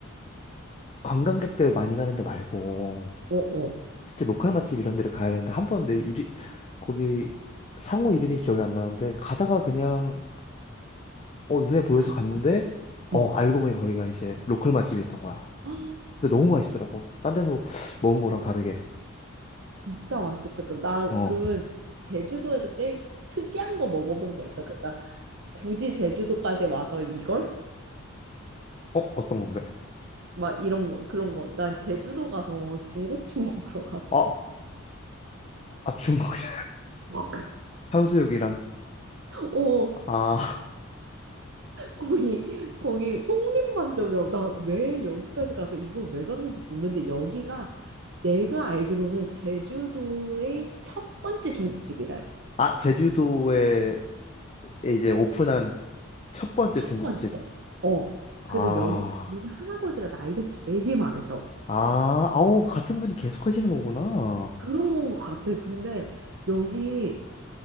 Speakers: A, on the left; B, on the right.
A: 관광객들 많이 가는 데 말고,
B: 어, 어.
A: 진짜 로컬 맛집 이런 데를 가야 되는데, 한 번 내 이리, 거기 상호 이름이 기억이 안 나는데, 가다가 그냥 어, 눈에 보여서
B: 가-
A: 갔는데, 어,
B: 응.
A: 알고 보니 거기가 이제 로컬 맛집이었던 거야.
B: 아,
A: 근데 너무 맛있더라고. 딴 데서 먹은 거랑 다르게.
B: 진짜 맛있었겠다. 나
A: 어.
B: 그러면 제주도에서 제일 특이한 거 먹어본 거 있어? 그러니까 굳이 제주도까지 와서 이걸?
A: 어, 어떤 건데?
B: 막 이런 거 그런 거. 난 제주도 가서 중국집 먹으러 갔거든.
A: 아, 아, 중국 <laughs>
B: <laughs>
A: 향수육이랑.
B: 어,
A: 아,
B: 거기 거기 송림반점이라고 나 왜 여기까지 가서 이걸 왜 갔는지 모르는데 여기가 내가 알기로는 제주도의 첫 번째 중국집이래.
A: 아, 제주도에 이제 오픈한 첫 번째
B: 첫
A: 중국집.
B: 번째. 어.
A: 아,
B: 그래서 여기 주인 할아버지가 나이가 되게 많으셔.
A: 아, 아우, 같은 분이 계속 하시는 거구나.
B: 그런 건 것 같아. 근데 여기